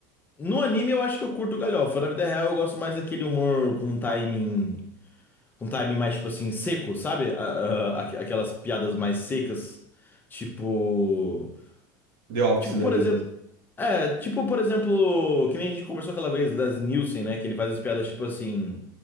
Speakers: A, on the left (about 20°); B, on the right (about 60°).
A: no anime eu acho que eu curto galhofa. Na vida real eu gosto mais daquele humor com timing. um timing mais, tipo assim, seco, sabe? A- a- aqu- aquelas piadas mais secas. Tipo.
B: The Office
A: Tipo,
B: da
A: por
B: vida.
A: exemplo. É, tipo, por exemplo, que nem a gente conversou aquela vez, Leslie Nielsen, né? Que ele faz as piadas tipo assim.